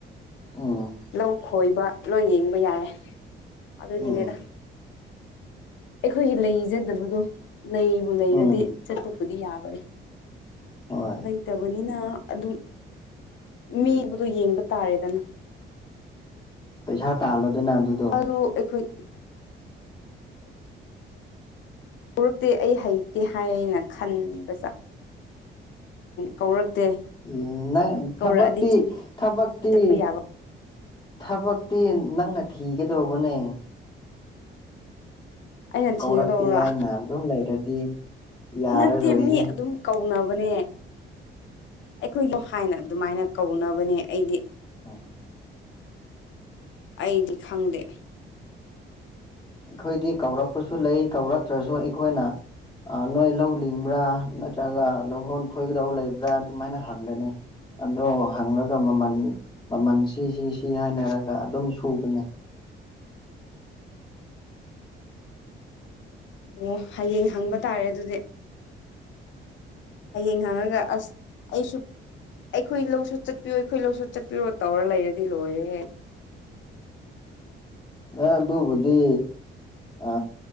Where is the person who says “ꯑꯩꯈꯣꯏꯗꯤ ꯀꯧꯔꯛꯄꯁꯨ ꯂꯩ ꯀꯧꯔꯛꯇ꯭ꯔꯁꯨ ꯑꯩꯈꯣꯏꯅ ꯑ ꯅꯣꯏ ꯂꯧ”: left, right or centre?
Left